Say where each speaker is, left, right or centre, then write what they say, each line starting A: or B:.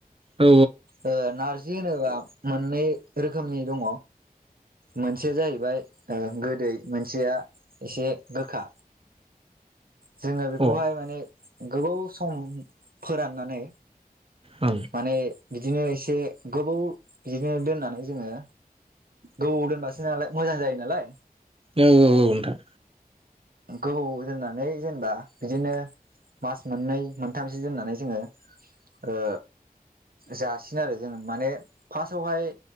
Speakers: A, on the right (about 35°); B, on the right (about 70°).
A: औ
B: ओ नारजि होनोबा मोननै रोखोमनि दङ। मोनसेया जाहैबाय- ओ गोदै मोनसेया एसे गोखा जोङो बेखौहाय
A: ओं
B: माने गोबाव सम फोराननानै
A: औ
B: माने बिदिनो एसे गोबौ बिदिनो दोननानै जोङो गोबौ दोनबासो नालाय मोजां जायो नालाय।
A: औ औ औ नोंथां।
B: गोबौ दोननानै जेनबा बिदिनो मास मोननै मोनथामसो दोननानै जोङो ओ जासिनो आरो जोंङो माने फासावहाय